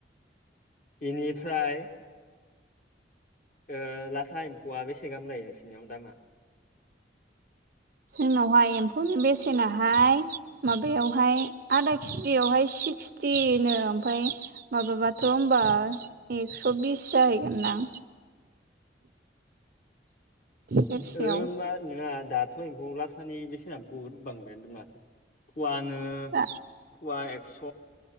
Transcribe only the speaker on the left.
इनिफ्राय ओ लाथा एम्फौआ बेसे गाहाम लायो नोंसिनियाव दामा?
ओमबा नोङा दाथ' एम्फौ लाथानि बेसेना बुहुद बांबाय माथो फुवानो
फुवा एक्स'